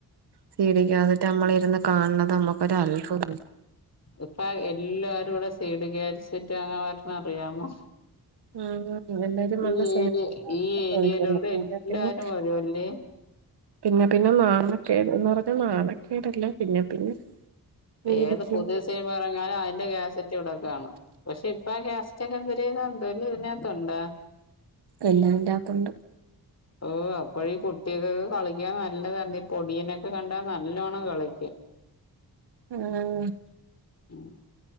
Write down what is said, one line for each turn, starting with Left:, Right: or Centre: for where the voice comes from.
Right: സീ ഡിക്കാസെ നമ്മള് ഇരുന്ന് കാണുന്നത് നമ്മുക്കൊരൽത്ഭുത
Left: ഇപ്പ എല്ലാവരും ഇവിടെ സീ ഡി കാസിറ്റിട്ട് വാങ്ങാ വരണ അറിയാമോ
Right: ഉം ഉം എല്ലാരും വന്ന്
Left: ഈ
Right: സിനിമ
Left: ഏരിയ
Right: കണ്ടാന്നെക്കെ
Left: ഈ ഏരിയയിലുള്ള
Right: ചോദിക്കുവായിരുന്നു പിന്നെ
Left: എല്ലാരും
Right: പിന്നെ
Left: വരുവല്ലേ
Right: പിന്നെ പിന്നെ നാണക്കേട് എന്ന് പറഞ്ഞ നാണക്കേടല്ലെ പിന്നെ പിന്നെ പേടിക്കും
Left: ഏത് പുതിയ സിനിമ ഇറങ്ങിയാലും അതിന്റെ കാസറ്റ് റ്റ് ഇവിടെ കാണും പക്ഷെ ഇപ്പ ആ ക്യാസറ്റൊക്കെ എന്തൊരീതൊ എന്തോ ഇല്ല ഇതിനകത്തുണ്ട
Right: എല്ലാം ഇതിന്റാത്തൊണ്ട്
Left: ഓഹൊ അപ്പോ ഈ കുട്ടികക്കൊക്കെ കളിക്കാൻ നല്ലതാണ് പൊടിയനൊക്കെ കണ്ടാ നല്ലോണ്ണം കളിക്കാം
Right: ഉം
Left: ഉം